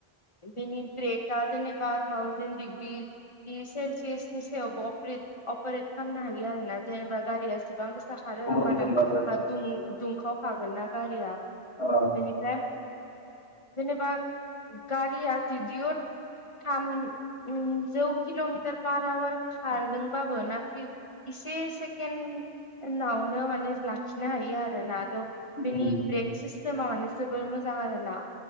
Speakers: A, on the left (about 30°); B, on the left (about 80°).
A: बेनि ब्रेकआ जेनेबा थावजेन दिग्रि इ सेलसियासनि सायावबोे अपरेड अपारेट खालामनो हायो आरो ना जेनेबा गारिया एसेबां गो सा खारो होमबाना
B: गरमजोंबाबो
A: दुं- दुंखावखागोन ना गारिया
B: औ
A: बेनिफ्राय जेनेबा गारि आ जुदिअ थाम उम जौ किल'मिटार पार आवार खारदोंबाबो ना से सेकेण नावनो माने लाखिनो हायो आरो रोना थ'
B: उम
A: बिनि ब्रेक सिस्टेमा माने जोबोर मोजां आरोना